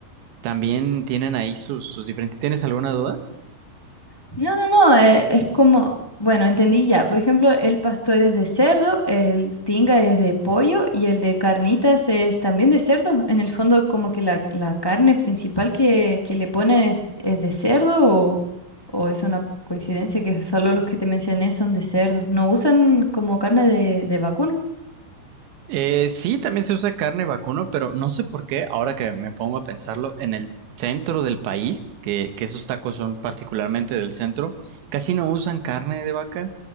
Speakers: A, on the right (about 75°); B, on the left (about 30°).
A: también tienen ahí sus, sus diferentes. ¿Tienes alguna duda?
B: No, no, no, eh, es como, bueno, entendí ya. Por ejemplo, el pastor es de cerdo, el tinga es de pollo y el de carnitas es también de cerdo. En el fondo, como que la, la carne principal que, que le ponen es, es de cerdo o, o es una coincidencia que solo los que te mencioné son de cerdo. No usan como carne de, de vacuno.
A: Eh, sí, también se usa carne vacuno, pero no sé por qué, ahora que me pongo a pensarlo, en el centro del país, que, que esos tacos son particularmente del centro, casi no usan carne de vaca.